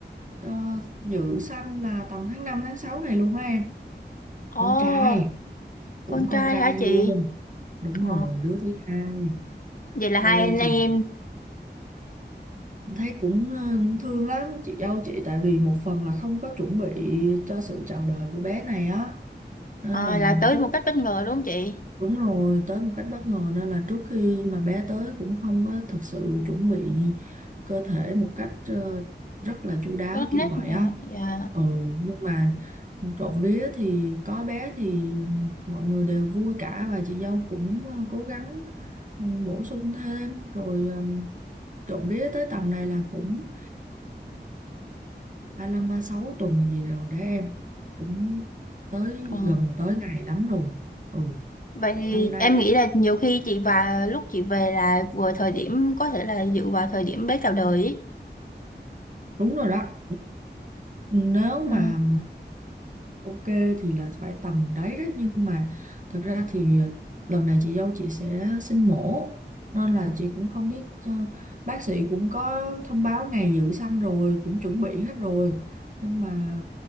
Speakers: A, on the right; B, on the left.
A: Ờ, dự sanh là tầm tháng 5 tháng 6 này luôn á em
B: ồ
A: con trai
B: con
A: cũng con
B: trai
A: trai
B: hả chị
A: luôn đúng
B: ờ
A: rồi đứa thứ hai
B: vậy là hai
A: thôi
B: anh
A: thì
B: em
A: thấy cũng ờ, thương lắm chị dâu chị tại vì một phần là không có chuẩn bị cho sự chào đời của bé này á nên
B: ờ,
A: là
B: là tới
A: trước
B: một cách bất ngờ đúng không chị
A: Đúng rồi, tới một cách bất ngờ nên là trước khi mà bé tới cũng không có thực sự chuẩn bị cơ thể một cách ờ, rất là chu đáo
B: tốt
A: kiểu
B: nhất
A: vậy
B: dạ
A: á.
B: dạ
A: Ừ, nhưng mà trộm vía thì có bé thì mọi người đều vui cả và chị dâu cũng ờ, cố gắng ừ, bổ sung thêm rồi ờ, trộm vía tới tầm này là cũng 30, ba sáu tuần gì rồi đấy em. Cũng tới
B: Ờ.
A: gần tới ngày lắm rồi. Ừ
B: Vậy thì
A: năm nay
B: em nghĩ là nhiều khi chị và lúc chị về là vừa thời điểm có thể là dự vào thời điểm bé chào đời ý.
A: đúng rồi đó nếu mà
B: Ừ.
A: ok thì là phải tầm đấy đấy nhưng mà thật ra thì lần này chị dâu chị sẽ sinh mổ nên là chị cũng không biết ờ, bác sĩ cũng có thông báo ngày dự sanh rồi cũng chuẩn bị hết rồi nhưng mà